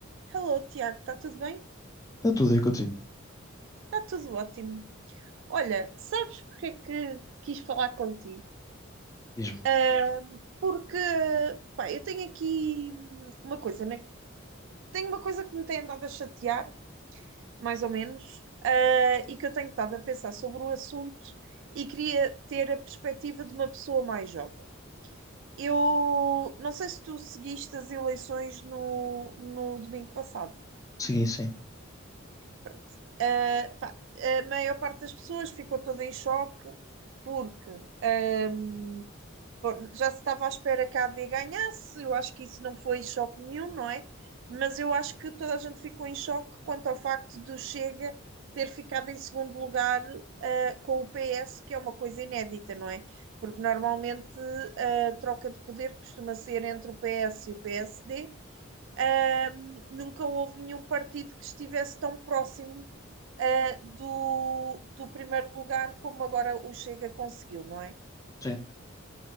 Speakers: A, on the right; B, on the left.
A: Hello, Tiago, está tudo bem?
B: Está tudo aí contigo.
A: Está tudo ótimo. Olha, sabes porque é que quis falar contigo?
B: Diz-me.
A: Ah, porque, pá, eu tenho aqui hum, uma coisa, né? Tenho uma coisa que me tem andado a chatear, mais ou menos, ah, e que eu tenho estado a pensar sobre o assunto e queria ter a perspectiva de uma pessoa mais jovem. Eu não sei se tu seguiste as eleições no, no domingo passado.
B: Segui, sim.
A: Pronto. Ah, pá, a maior parte das pessoas ficou toda em choque porque ahm, bom, já se estava à espera que a AD ganhasse, eu acho que isso não foi choque nenhum, não é? Mas eu acho que toda a gente ficou em choque quanto ao facto do Chega ter ficado em segundo lugar ah, com o PS, que é uma coisa inédita, não é? Porque normalmente a troca de poder costuma ser entre o PS e o PSD. Ahm, nunca houve nenhum partido que estivesse tão próximo ah, do, do primeiro lugar, como agora o Chega conseguiu, não é?
B: Sim.